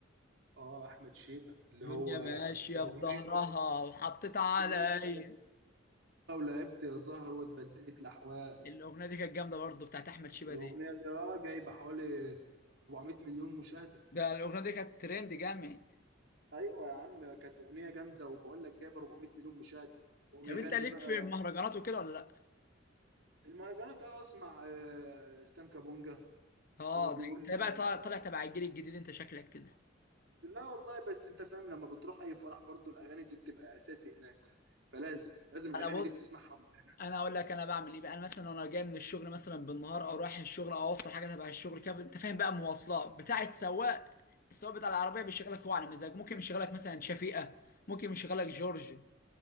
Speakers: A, on the right; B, on the left.
A: اه احمد شيبه اللي
B: الدنيا
A: هو
B: ماشيه
A: بتاع اغنيه
B: بظهرها وحطيت علي
A: اغنيه بتاعت لو لعبت يا زهر واتبدلت الاحوال
B: الاغنيه دي كانت جامده برضه بتاعت احمد شيبه
A: الاغنيه
B: دي
A: دي اه جايبه حوالي 400 مليون مشاهده
B: ده الاغنيه دي كانت ترند جامد
A: ايوه يا عم كانت اغنيه جامده وبقول لك جايبه 400 مليون مشاهده وهو
B: طب
A: بيغني
B: انت ليك
A: بقى
B: في المهرجانات وكده ولا لا
A: المهرجانات اه اسمع آه، اسلام كابونجا
B: اه
A: وهو بيقول
B: ده انت بقى طالع طالع
A: آه،
B: تبع الجيل الجديد انت شكلك كده
A: لا والله بس انت فاهم لما بتروح اي فرح برضو الاغاني دي بتبقى اساسي هناك فلازم لازم الاغاني
B: انا بص
A: دي بتسمعها وأنت هناك.
B: انا اقول لك انا بعمل ايه بقى انا مثلا وانا جاي من الشغل مثلا بالنهار او رايح الشغل او اوصل حاجه تبع الشغل كده انت فاهم بقى مواصلات بتاع السواق السواق بتاع العربيه بيشغلك هو على مزاج ممكن يشغلك مثلا شفيقه ممكن يشغلك جورج